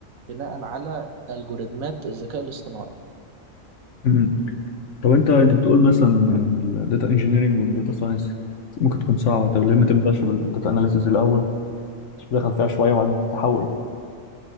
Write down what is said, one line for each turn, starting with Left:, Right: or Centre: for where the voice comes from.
Right: بناء على ألجوريتمات الذكاء الاصطناعي
Left: مم. طب انت انت بتقول مثلا ان الداتا انجينيرنج والداتا ساينس ممكن تكون صعبه طب ليه ما تبداش بالداتا اناليسيس الاول تدخل فيها شويه وبعدين تحول